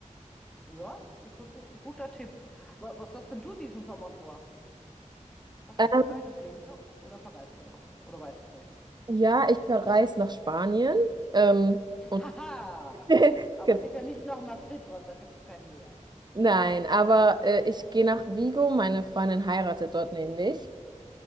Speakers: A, in the centre; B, on the right.
A: Ja, ist ein gu guter Tipp. Wa- Was hast denn du diesen Sommer vor? Hast
B: Ähm,
A: du schon Reisepläne oder verreist du noch? Oder weißt du es nicht?
B: Ja, ich verreise nach Spanien. Ähm,
A: <laughs>
B: und
A: Haha,
B: <laughs>
A: aber
B: Genau.
A: sicher nicht nach Madrid, weil da gibt es kein Meer.
B: Nein, aber äh, ich gehe nach Vigo. Meine Freundin heiratet dort nämlich.